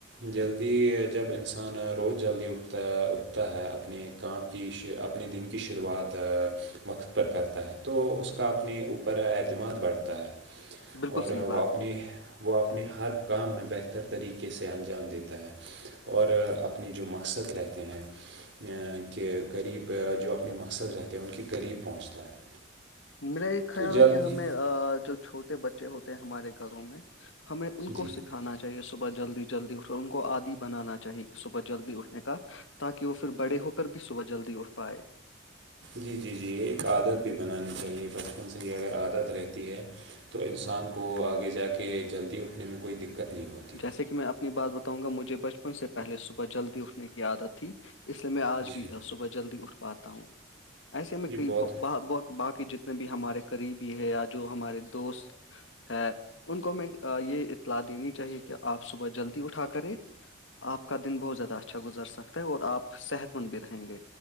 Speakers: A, on the right; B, on the left.
A: جلدی جب انسان روز جلدی اٹھتا ہے اٹھتا ہے اپنے ایک کام کی اپنے دن کی شروعات وقت پر کرتا ہے تو اس کا اپنے اوپر اعتماد بڑھتا ہے
B: بالکل
A: اور
B: صحیح بات
A: وہ آپ نے وہ آپ اپنے ہر کام میں بہتر طریقے سے انجام دیتا ہے اور اپنے جو مقصد رہتے ہیں کہ غریب جو اپنے مقصد رہتے ہیں ان کے قریب پہنچتا ہے
B: میرا ایک خیال
A: تو جلدی
B: ہے کہ ہمیں جو چھوٹے بچے ہوتے ہیں ہمارے گھروں میں ہمیں ان
A: جی
B: کو سکھانا چاہیے چاہے صبح جلدی جلدی اٹ کر ان کو آدی بنانا چاہے کہ صبح جلدی اٹھنے کا تاکہ وہ پھر بڑے ہو کر بھی صبح جلدی اٹھ پائے
A: جی جی جی ایک عادت بھی بنانی چاہیے بچپن سے ہی اگر عادت رہتی ہے تو انسان کو آگے جا کے جلدی اٹھنے میں کوئی دقت نہیں ہوتی
B: جیسے کہ میں اپنی بات بتاؤں گا مجھے بچپن سے پہلے صبح جلدی اٹھنے کی عادت تھی اس لیے میں آج
A: جی
B: بھی صبح جلدی اٹھ پاتا ہوں ایسے میں
A: جی
B: کئی
A: بہت
B: ب باقی جتنے بھی ہمارے قریبی ہے یا جو ہمارے دوست ہے ان کو ہمیں یہ اطلاع دینی چاہیے کہ آپ صبح جلدی اٹھا کرے آپ کا دن بہت زیادہ اچھا گزر سکتا ہے اور آپ صحت مند بھی رہیں گے